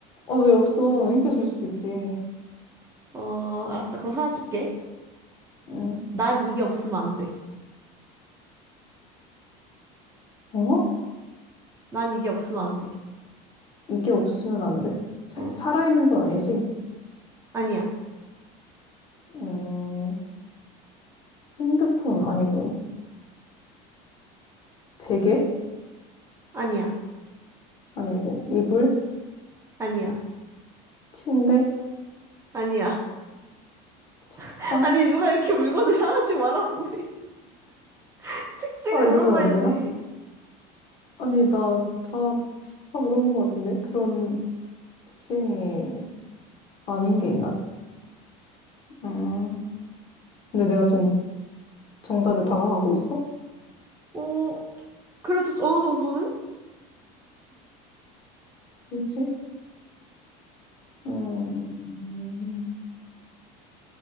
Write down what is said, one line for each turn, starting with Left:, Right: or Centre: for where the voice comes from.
Left: 아, 왜 없어? 힌트 줄 수도 있지.
Right: 어, 알았어. 그럼 하나 줄게.
Left: 응
Right: 난 이게 없으면 안 돼.
Left: 어?
Right: 난 이게 없으면 안 돼.
Left: 이게 없으면 안 돼? 사,
Right: 어,
Left: 살아있는 건 아니지?
Right: 아니야.
Left: 음, 핸드폰 아니고, 베개?
Right: 아니야.
Left: 아니고, 이불?
Right: 아니야.
Left: 침대?
Right: 아니야.
Left: 책상?
Right: <laughs> 아니, 누가 이렇게 물건을 하나씩 말하는데. <laughs> 특징을
Left: 아, 이러면
Right: 물어봐야지.
Left: 안 되나? 아니, 나 다, 다 물어본 것 같은데? 그런 특징이 아닌 게 있나? 음. 근데 내가 지금 정답에 다가가고 있어?
Right: 어, 그래도 어느 정도는?
Left: 뭐지? 음,